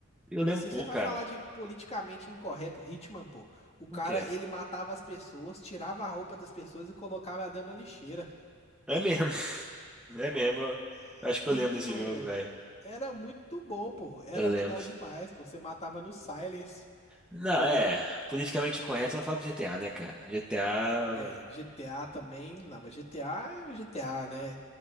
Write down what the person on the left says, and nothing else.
Se
você vai
falar de politicamente incorreto, Hitman, pô, o cara,
ele matava as pessoas, tirava a roupa das pessoas e colocava ela dentro da lixeira.
<laughs>
Hitman,
velho.
Era muito bom, pô. Era
legal demais, pô. Você matava no Silence,
entendeu?
É, GTA também, não, mas GTA é o GTA, né?